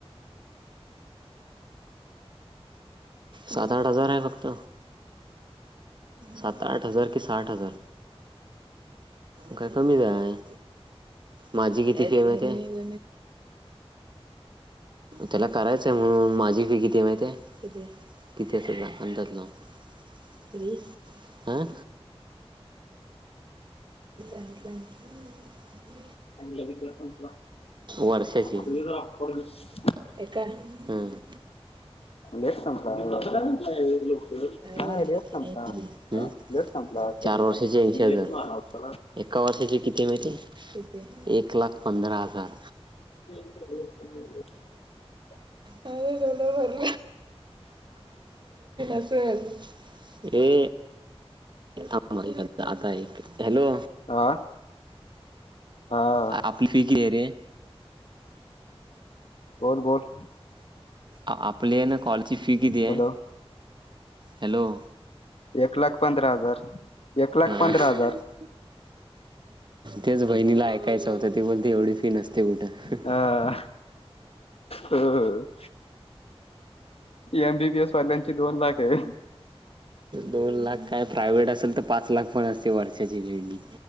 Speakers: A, on the right (about 45°); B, on the left (about 65°).
A: सात आठ हजार आहे. फक्त सात आठ हजार. की साठ हजार काय कमी आहे. माझी किती फी आहे माहित आहे. त्याला करायचंय म्हणून माझी फी किती माहिती आहे? किती असेल अंदाज नाव हं तरी वीस आ.. <unintelligible>
B: तुझा रिचार्जे संपला
A: वर्षाची
B: फ्री चा हॉटस्पॉट देतों.
A: एका हम्म
B: लेट संपला उरकाय येत नाय व्हय लवकर
A: चार वर्षाची
B: नाय लेट संपला.
A: ऐंशी
B: अ
A: हं?
B: लेट संपला संपला वाटतं
A: चार
B: तिचा
A: वर्षाची ऐंशी हजार
B: <unintelligible>
A: एका वर्षाची किती माहिती? किती? एक लाख पंधरा हजार.
B: <unintelligible>
A: अ जोला भर <unintelligible> <unintelligible> ये <unintelligible> आता एक हॅलो!
B: हा हा
A: आपली फी किती आहे रे?
B: बोल.. बोल..
A: आपली आहे ना कॉलची फी किती
B: Hello
A: आहे? hello!
B: एक लाख पंधरा हजार. एक लाख
A: ह
B: पंधरा हजार
A: तेच बहिणीला ऐकायचं होतं ते बोल तेवी फी नसते कुठं
B: हा हा हो हो एमबीबीएस वाल्यांची दोन लाख आहे
A: दोन लाख काय प्रायव्हेट असेल तर पाच लाख पण असते वर्षाची बिरडी